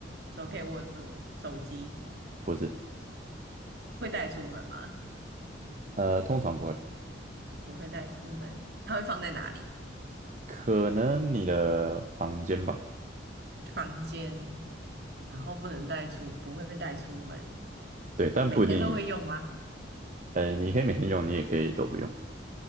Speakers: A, on the right; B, on the right.
A: 怎么可以握住手机？
B: 不是，
A: 会带出门吗？
B: 呃，通常不会，
A: 不会带出门，它会放在哪里？
B: 可能你的房间吧，
A: 房间，然后不能带出，不会带出门。
B: 对，但不一定，
A: 每天都会用吗？
B: 呃，你可以每天用，你也可以都不用，